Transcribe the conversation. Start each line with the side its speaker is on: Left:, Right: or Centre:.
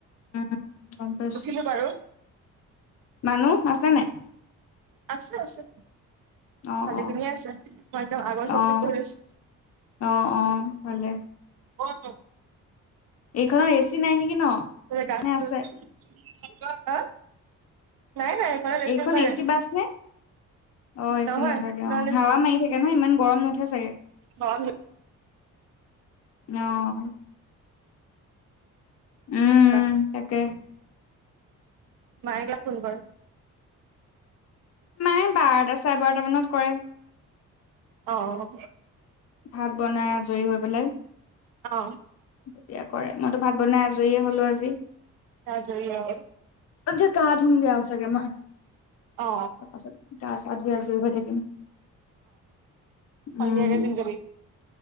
Left: উম গম পাইছো।
Right: উঠিলো বাৰু
Left: মানুহ আছে নাই?
Right: আছে আছে।
Left: অ',
Right: ভালেখিনিয়ে
Left: অ',
Right: আছে মই একদম আগৰ চিতত
Left: অ',
Right: বহি লৈছো।
Left: অ অ ভালে।
Right: <unintelligible>
Left: এইখনৰ এ চি নাই নেকি ন?
Right: <unintelligible>
Left: নে আছে?
Right: হা? নাই নাই। ঘৰত ৰেচন
Left: এইখন
Right: থাকে।
Left: এ চি বাছ নে? অ এচি
Right: নহয়
Left: নাথাকে
Right: নন
Left: অ,
Right: এচি
Left: হাৱা মাৰি থাকে নহয় ইমান গৰম নুঠে চাগে?
Right: গৰম
Left: অঁ। উম
Right: সেইটো
Left: উম্
Right: কাৰণে।
Left: তাকে।
Right: মায়ে কেতিয়া ফোন কৰে?
Left: মায়ে বাৰটা চাৰে বাৰটা মানত কৰে।
Right: অ অ।
Left: ভাত বনাই আজৰি হৈ পেলাই।
Right: অঁ।
Left: তেতিয়া কৰে, মইতো ভাত বনাই আজৰিয়ে হ'লো আজি।
Right: আজৰি অ
Left: আচ্ছা গা ধুঙগে আও চাগে মই।
Right: অ
Left: তাৰপাছত গা চা ধুই আজৰি হৈ থাকিম।
Right: সন্ধিয়া
Left: উম
Right: কে জিম যাবি?